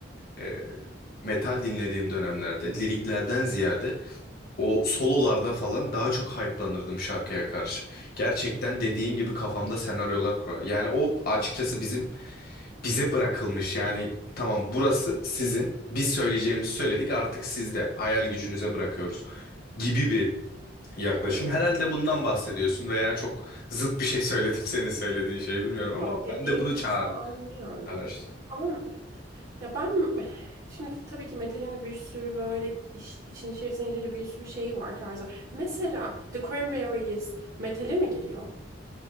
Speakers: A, on the left; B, on the right.
A: e, metal dinlediğim dönemlerde liriklerden ziyade O sololarda falan daha çok hype'lanırdım şarkıya karşı. Gerçekten dediğin gibi kafamda senaryolar kurar. Yani o açıkçası bizim bize bırakılmış. Yani tamam burası sizin. Biz söyleyeceğimizi söyledik artık sizde. Hayal gücünüze bırakıyoruz gibi bir yaklaşım.
B: Hmm.
A: Herhalde bundan bahsediyorsun veya çok zıt bir şey <laughs> söyledim senin söylediğin şeyi bilmiyorum ama
B: Yok dediğin
A: ben de bunu
B: kısmı
A: çağır
B: anlıyorum.
A: araştırdım.
B: Ama ya ben şimdi tabii ki metalin de bir sürü böyle iş, için içerisine girince bir sürü şeyi var tarzı. Mesela The Cranberries metale mi giriyor?